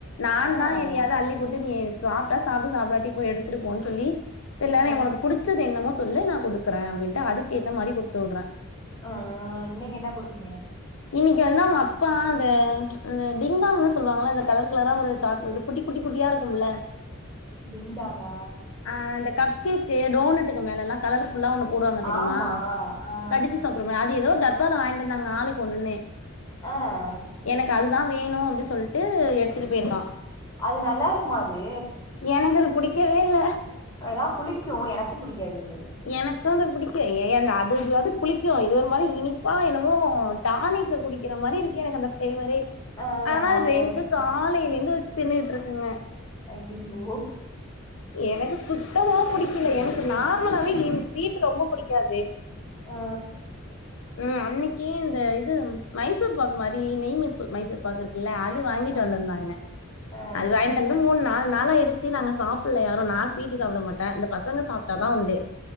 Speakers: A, on the left; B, on the left.
A: நான்
B: ஆ ஆ
A: தா எதையாது அள்ளி போட்டு நீ சாப்டா சாப்பிடு சாப்புடாட்டி போ எடுத்துட்டுபோன்னு சொல்லி சரி இல்லன்னா
B: ஆ
A: உனக்கு புடிச்சது என்னமோ சொல்லு நா குடுக்குறே அப்டின்ட்டு அதுக்கு ஏத்த மாறி குடுத்து உட்றே
B: அ ஆ இன்னைக்கி என்ன குடுத்தீங்க
A: இன்னிக்கி வந்து அவங்க அப்பா அந்த அந்த டிங்டாங்னு சொல்லுவாங்கில்ல இந்த கலர் கலரா ஒரு சாக்லேட்டு குட்டி குட்டி குட்டியா இருக்கும்ல்ல
B: டிங்டாங்கா
A: ஆ இந்த கப்கேக்கு டோனட்டுக்கு மேல எல்லா கலர்ஃபுல்லா ஒண்ணு போடுவாங் தெரியுமா
B: ஆமா ஆ
A: கடிச்சு
B: ஆ
A: சாப்பற்ற மாறி அது ஏதோ டப்பால வாங்கிட்டு வந்தாங்க ஆளுக்கு ஒன்னொன்னு
B: அ
A: எனக்கு அதுதா வேணு அப்டின்னு சொல்ட்டு எடுத்துட்டு போயிருக்கா
B: அது நல்லா இருக்குமா அது
A: எனக்கு அது புடிக்கவே இல்ல
B: ஆனா புளிக்கும் எனக்கும் புடிக்காது இது
A: எனக்கு வந்து புடிக்கு ஏ அந்த அதாவது புளிக்கும் இது ஒரு மாறி இனிப்பா என்னமோ டானிக்கு குடிக்கிற மாறி இருக்கு எனக்கு அந்த ஃபளேவரே
B: ஆ
A: ஆனா
B: ஆமா
A: அது
B: அப்டிதா
A: ரெண்டும்
B: இருக்கு
A: காலைல இருந்து வச்சு தின்னுட்டு இருக்குங்க
B: ஐய்யய்யோ
A: எனக்கு சுத்தமா புடிக்கல எனக்கு நார்மலாவே என ஸ்வீட்டு ரொம்ப புடிக்காது
B: ஆ
A: ம் அன்னக்கி இந்த இது மைசூர் பாக் மாறி நெய் மைசூர் மைசூர் பாக் இருக்குல்ல அது வாங்கிட்டு
B: அம்
A: வந்திருந்தாங்க
B: ஆ
A: அது வாங்கிட்டு வந்து மூன் நாலு நாள் ஆயிடுச்சு நாங்க சாப்பிட்ல யாரும் நா ஸ்வீட்டு சாப்ட மாட்டே இந்த பசங்க சாப்ட்டாதா உண்டு